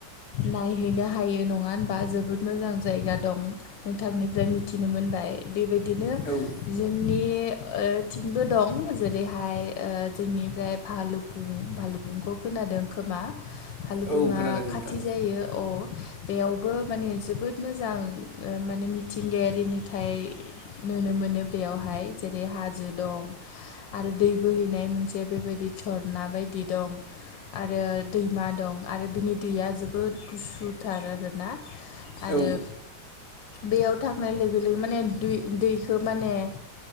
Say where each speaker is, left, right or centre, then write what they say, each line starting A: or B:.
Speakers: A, on the left; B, on the left.
A: नायहैनो हायो नङा होनबा जोबोद मोजां जायगा दं। नोंथांनिफ्राय मिथिनो मोनबाय बेबायदिनो
B: ओ औ
A: जोंनि थिंबो दं जेरैहाय जोंनिफ्राय भालुफुं भालुफुंखौ खोनादों खोमा? भालबुङा
B: औ खोनादों नोंथां
A: खाथि जायो औ बेयावबो माने जोबोद मोजां ओ माने मिथिंगायारि नुथाय नुनो मोनो बेयावहाय जेरै हाजो दं। आरो दै बोहैनाय मोनसे बेबायदि सरना बायदि दं। आरो दैमा दं आरो बिनि दैया जोबोद गुसुथार आरोना। आरो।
B: औ
A: बेयाव थांनाय लोगो-लोगो माने दुइ-दैखौ माने ओ